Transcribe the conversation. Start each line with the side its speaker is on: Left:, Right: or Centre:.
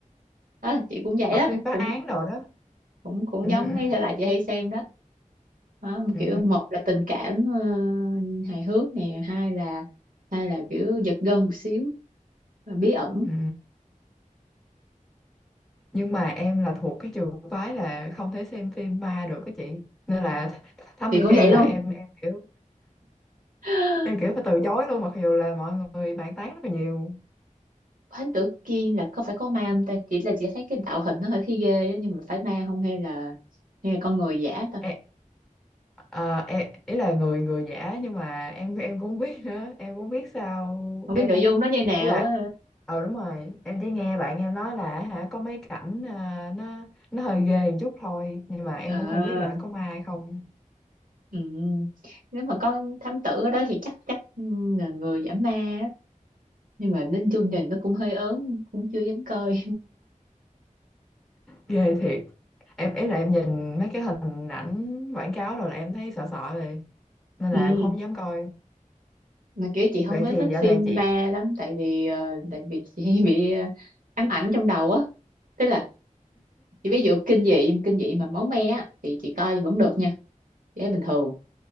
Right: á, chị cũng vậy
Centre: hoặc
Right: đó,
Centre: phim phá
Right: cũng
Centre: án đồ đó
Right: cũng cũng
Centre: ừ,
Right: giống
Centre: ừ,
Right: mấy thể loại chị hay xem đó. Đó,
Centre: ừ,
Right: kiểu một là tình cảm ờ, hài hước nè, hai là hai là kiểu giật gân một xíu, bí ẩn.
Centre: ừ. nhưng mà em là thuộc cái trường phái là không thể xem phim ma được á chị nên là th- Thám
Right: chị
Centre: Tử
Right: cũng
Centre: Kiên
Right: vậy luôn
Centre: là em em kiểu
Right: <gasps>
Centre: em kiểu phải từ chối luôn mặc dù là mọi người bàn tán rất là nhiều
Right: Thánh tử Kiên là có phải có ma không ta chỉ là chị thấy cái tạo hình nó hơi thấy ghê á, nhưng mà phải ma không hay là hay là con người giả ta
Centre: Ê, à, em ý là người người giả nhưng mà em em cũng không biết nữa em cũng không biết sao
Right: không
Centre: em
Right: biết nội
Centre: cũng
Right: dung nó như nào
Centre: ý là
Right: á
Centre: ờ đúng rồi em chỉ nghe bạn em nói là hả có mấy cảnh à, nó nó hơi ghê một chút thôi nhưng mà em
Right: à,
Centre: cũng không biết là có ma hay không
Right: ừ. nếu mà có thám tử ở đó thì chắc chắc ừ, là người giả ma á. nhưng mà đến chương trình nó cũng hơi ớn cũng chưa dám coi
Centre: ghê thiệt em ý là em nhìn mấy cái hình ảnh quảng cáo rồi là em thấy sợ sợ rồi nên
Right: <laughs>
Centre: là
Right: ừ.
Centre: em không dám coi
Right: mà kiểu chị không
Centre: vậy
Right: có
Centre: thì
Right: thích
Centre: dạo
Right: phim
Centre: này chị
Right: ma lắm tại vì ờ, tại vì chị <laughs> hay bị ờ, ám ảnh trong đầu á tức là chị ví dụ kinh dị kinh dị mà máu me á thì chị coi vẫn được nha chị thấy bình thường